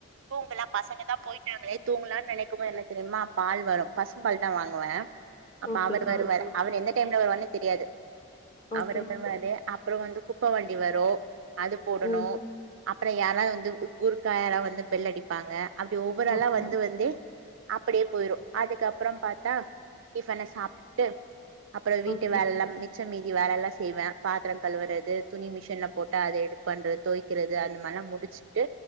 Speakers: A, on the right (about 65°); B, on the left (about 25°).
A: தூங்கலா பசங்க தா போயிட்டாங்ளே தூங்கலா பசங்கதா போய்டாங்ளே தூங்களா நெனக்கு போது என்ன தெரிமா பால் வரு பசும் பால் தா வாங்குவ அப்ப
B: ஓகேக்கா
A: அவர் வருவாரு அவர் எந்த டைம்ல வருவாருன்னே தெரியாது
B: ஓகே
A: அவரு வருவாரு அப் அப்றோ வந்து குப்ப வண்டி வரு அது போடனு
B: ம்
A: அப்ற யாராது வந்து கூர்க்கா யாரா வந்து பெல் அடிப்பாங்க அப்டி ஒவ்வொரு ஆள்ளா
B: ஓகே
A: வந்து வந்தே அப்டியே போயிரு அதுக்கப்பறோ பாத்தா டிஃபன சாப்ட்டுட்டு அப்ற வீட்டு
B: ஓகே
A: வேலல்லா ச்ச மீதி வேலல்லா செய்வ பாத்ர கழுவுறது துணி மிஷின்ல போட்டா அத எடுப் பண்ற தொவைய்க்கிறது அந்த மாரிலா முடிச்சு ட்டு